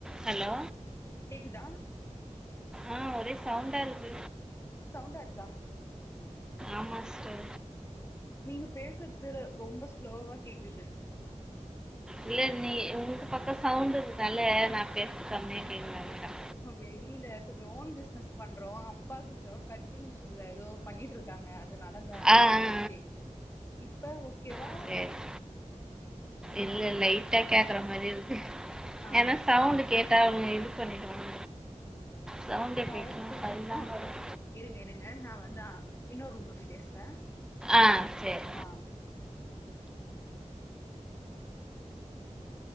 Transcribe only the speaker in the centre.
Hello
ஆ ஒரே சவுண்டா இருக்கு
ஆமா சிஸ்டர்
இல்ல நீ உங்க பக்கோ சவுண்ட் இருகனல்ல நா பேச கம்மியா கேக்குது அதுதான்
ஆ
ஆ
ஆ சரி இல்ல லைட்டா கேக்கற மாரி இருக்கு
ஏன்னா சவுண்ட் கே ட்டா அவுங்க இது பண்ணிடுவாங்க சவுண்ட <inaudible>
ஆ சேர்